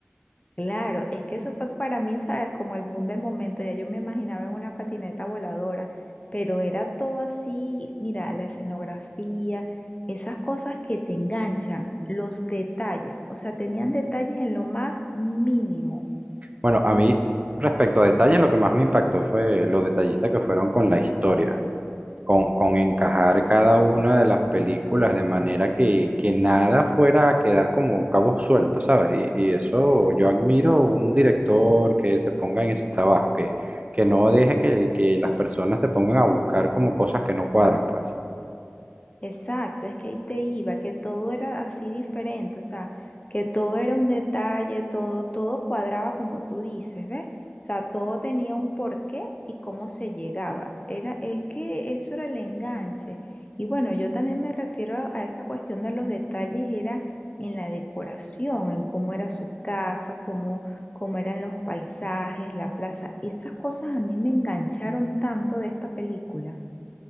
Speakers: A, on the left; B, on the right.
A: Claro, es que eso fue para mí, ¿sabes? Como el boom del momento. Ya yo me imaginaba en una patineta voladora, pero era todo así, mira, la escenografía, esas cosas que te enganchan, los detalles, o sea, tenían detalles en lo más mínimo.
B: Bueno, a mí, respecto a detalles, lo que más me impactó fue lo detallista que fueron con la historia. con, con encajar cada una de las películas de manera que, que nada fuera a quedar como cabos sueltos, ¿sabes? Y, y eso yo admiro un director que se ponga en ese trabajo, que, que no deje que, que las personas se pongan a buscar como cosas que no cuadran, pues.
A: Exacto, es que ahí te iba, que todo era así diferente, o sea, que todo era un detalle, todo, todo cuadraba como tú dices, ¿ves? O sea, todo tenía un porqué y cómo se llegaba. Era, es que eso era el enganche. Y bueno, yo también me refiero a, a esta cuestión de los detalles, era en la decoración, en cómo era su casa, cómo, cómo eran los paisajes, la plaza. Esas cosas a mí me engancharon tanto de esta película.